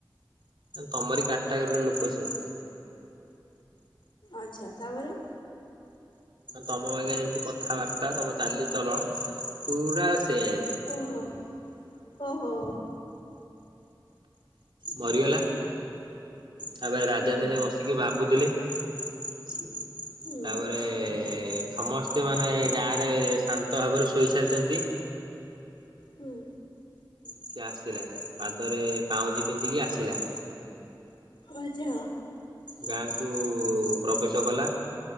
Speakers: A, on the right; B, on the left.
A: ତମରି କାଟାଗୋରି ର ଲୋକ ସେ।
B: ଆଛା ତାପରେ?
A: ତମ ବାଗିଆ ଯେମିତି କଥାବାର୍ତ୍ତା ତମ ଚାଲିଚଳଣ ପୁରା ସେମ।
B: ଓହୋ ଓହୋ।
A: ମରିଗଲା ତାପରେ ରାଜା
B: ହୁଁ
A: ଦିନେ ବସିକି ଭାବୁଥିଲେ। ହ <inaudible>
B: ହୁଁ
A: ତାପରେ ସମସ୍ତେ ମାନେ ଗାଁ ରେ ଶାନ୍ତ ଭାବରେ ଶୋଇ ସାରିଛନ୍ତି।
B: ହୁଁ
A: ସିଏ ଆସିଲା ପାଦରେ ପାଉଁଜି ପିନ୍ଧିକି ଆସିଲା।
B: ଆଛା।
A: ଗାଁକୁ ପ୍ରବେଶ କଲା